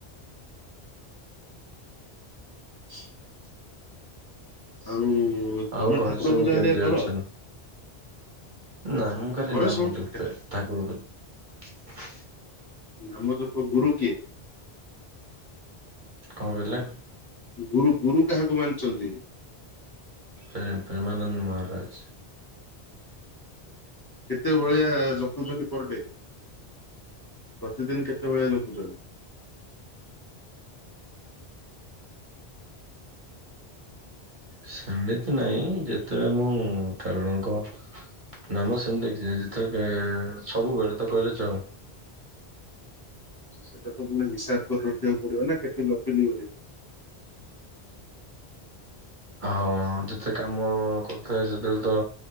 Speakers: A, on the left; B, on the right.
A: <inaudible> ଆଉ
B: ଆଉ
A: ତମେ
B: ଘରେ
A: ଠାକୁର
B: ସବୁ
A: ପୂଜା
B: କେମିତି
A: ହେରିକା କର
B: ଅଛନ୍ତି? ନା ମୁଁ ଖାଲି
A: ଘରେ
B: ନାମ
A: ସବୁ ଠିକ
B: ଜପେ
A: ଠାକ
B: ଠାକୁରଙ୍କର।
A: ନାମ ଜପ ଗୁରୁ କିଏ?
B: କଣ କହିଲେ?
A: ଗୁରୁ ଗୁରୁ କାହାକୁ ମାନିଚନ୍ତି?
B: ପ୍ରେ ପ୍ରେମାନନ୍ଦ ମହାରାଜ।
A: କେତେ ଭଳିଆ ଜପୁଚନ୍ତି ପର ଡେ? ପ୍ରତିଦିନ କେତେଭଳିଆ ଜପୁଛ
B: ସେମିତି ନାଇଁ ଯେତେବେଳେ ମୁଁ ଠାକୁରଙ୍କ ନା ମୁଁ ସେମତି ଯେତେ ସବୁବେଳେ ତ କହିଲେ ଚଳେ।
A: ସେଟା ତ ପୁଣି ହିସାବ କରି ରଖିବାକୁ ପଡିବ ନା କେତେ ଜପିଲି ବୋଲି।
B: ହଁ ଯେତେ କାମ କରୁଥାଏ ସେତେବେଳେ ତ